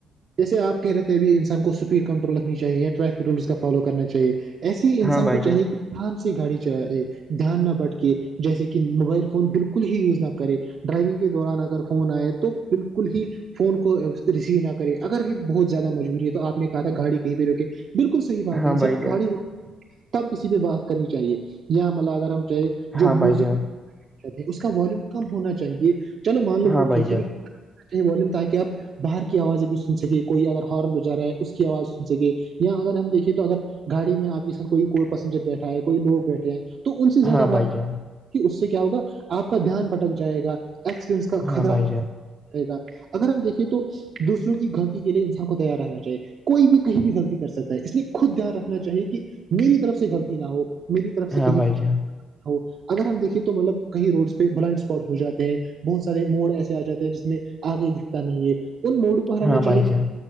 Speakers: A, on the right (about 55°); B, in the centre.
A: جیسے آ کہ رہے ہیں اب انسان کو اسپیڈ کنٹرول رکھنی چاہی ٹریفک رول کا فالو کرنا چاہے ایسی ہی انسان
B: ہاں بھائی
A: کو
B: جان
A: چاہیے کہ آان سے گاڑی چلائے دھیان نہ بٹکے جیسے کہ موبائل فون بالکل ہی یوز نہ کرے ڈرائیونگ کے دوران اگر فون آئے تو بالکل ہی فون کو ریسیو نہ کرے اگر بہت زیادہ مجبوری ہے تو آپ نے کہ تھا گاڑی کہیں پہ روکے بالکل ہی بات
B: ہاں
A: ہے ان
B: بھائی
A: سب
B: جان
A: کھڑی ہو تب کسی پہ بات کرنی چاہیے یہاں ملب اگر ہم چاہے
B: ہاں
A: جو میوزک
B: بھائی جان
A: کہتے ہیں اس کا والوم کم ہونا چاہیے چلو مان لو
B: ہاں
A: وہ
B: بھائی
A: ٹھیک
B: جان
A: ہے نہیں بولوں تاکہ آپ باہر کی آوازیں بھی سن سکے کوئی اگر ہارن ہو جا رہا ہے اس کی آواز سن سکے یا اگر ہم دیکھے تو اگر گاڑی میں آپ یہ سر کوئی کوئی پیسینجر بیٹھا ہے کوئی لوگ بیٹھے ہیں ان سے زیادہ
B: ہاں بھائی
A: بات
B: جان
A: کہ اس سے کیا ہوگا آپ کا دھیان بٹک جائے گا ایکسیڈنٹس کا
B: ہاں
A: خطرہ
B: بھائی
A: رہے گا اگر ہم دیکھیے تو تو دوسروں کی غلطی کے لیے انسان کو تیار رہنا چاہیے کوئی بھی کہیں بھی غلطی کر سکتا ہے اس لیے خود دھیان رکھنا چاہیے کہ میری طرف سے غلطی نہ ہو میری طرف
B: جان
A: سے کہیں ہو اگر ہم دیکھے تو مطلب کہیں روڈ پہ بلائڈ اسپاٹ ہو جاتے ہیں بہت سارے موڑ ایسے آ جاتے ہیں جس میں آگے دکھتا نہیں ہے ان موڈ کو ہر
B: ہاں
A: ہمیں
B: بھائی
A: چاہیے
B: جان